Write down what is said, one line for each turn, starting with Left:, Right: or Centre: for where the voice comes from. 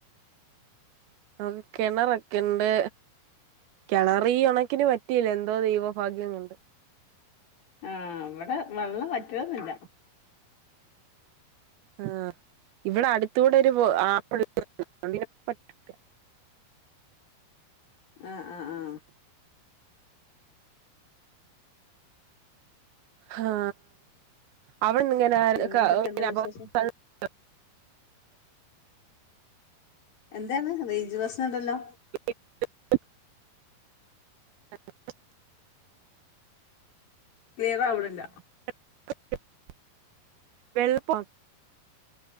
Right: അത് കിണറൊക്കെണ്ട് കിണറി ഉണക്കിന് വറ്റ് റ്റിയില്ല എന്തോ ദൈവഭാഗ്യം കൊണ്ട്
Left: ആ ഇവിടെ വെള്ളം വറ്റലോന്നില്ല
Right: ആ ഇവിടെ അടുത്തൂടെ ഒരു ആ <unintelligible> പറ്റൂല്ല
Left: ആ ആ ആ
Right: ഹാ അവിടെ ന്നിങ്ങനെ <unintelligible>
Left: പിന്നെന്തൊക്കെയുണ്ട് വിശേഷം എന്താണ് റേഞ്ച് പ്രശ്നം എണ്ടല്ലോ
Right: <unintelligible> <unintelligible>
Left: ക്ലിയർ ആവണില്ല
Right: <unintelligible> വെള്ളപ്പം